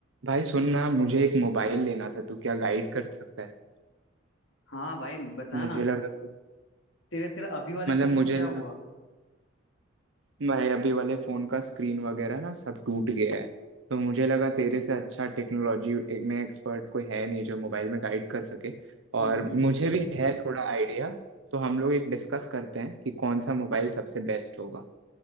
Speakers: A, on the right; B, on the left.
A: भाई सुनना मुझे एक मोबाइल लेना था तू क्या गाइड कर सकता है
B: हाँ भाई बता
A: मुझे
B: ना
A: लगा
B: तेरे तेरा अभी वाले
A: मतलब
B: फोन
A: मुझे
B: को क्या
A: लगा
B: हुआ
A: मेरे अभी वाले फोन का स्क्रीन वगैरह ना सब टूट गया है तो मुझे लगा तेरे से अच्छा टेक्नोलॉजी में एक्सपर्ट कोई है नहीं जो मोबाइल में गाइड कर सके
B: हम्म
A: और
B: हम्म।
A: मुझे भी है थोड़ा आइडिया तो हम लोग एक डिस्कस करते हैं कि कौन सा मोबाइल सबसे बेस्ट होगा